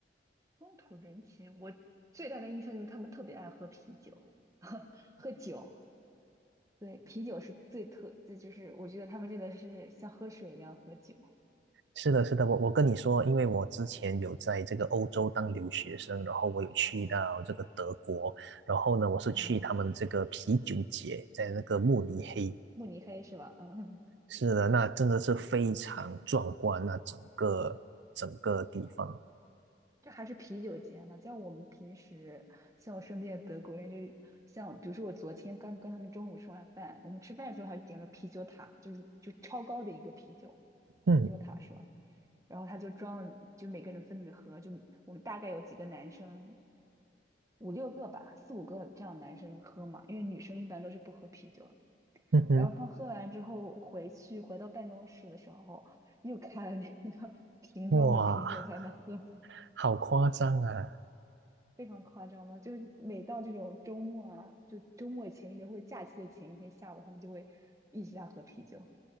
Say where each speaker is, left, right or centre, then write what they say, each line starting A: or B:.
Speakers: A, on the right (about 20°); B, on the right (about 75°).
A: 风土人情，我最大的印象就是他们特别爱喝啤酒，<laughs> 喝酒，对，啤酒是最特，这就是我觉得他们真的是像喝水一样喝酒。
B: 是的，是的，我我跟你说，因为我之前有在这个欧洲当留学生，然后我有去到这个德国，然后呢，我是去他们这个啤酒节，
A: 嗯，
B: 在那个慕尼黑。
A: 对，慕尼黑是吧？嗯，
B: 是的，那真的是非常壮观，那整个整个地方。
A: 这还是啤酒节呢，像我们平时，像我身边的德国人，就是像比如说我昨天刚跟他们中午吃完饭，我们吃饭的时候还点了啤酒塔，就是就超高的一个啤酒，
B: 嗯
A: 啤酒塔是吧？然后他就装了，就每个人分着喝，就我们大概有几个男生，五六个吧，四五个这样男生喝嘛，因为女生一般都是不喝啤酒的。
B: 嗯哼，
A: 然后他喝完之后回去，回到办公室的时候，又开了那个 <laughs> 瓶装的啤酒在那喝，
B: 哇，好夸张啊！
A: 非常夸张吗？就是每到这种周末啊，就周末前一天或者假期的前一天下午，他们就会一直在喝啤酒。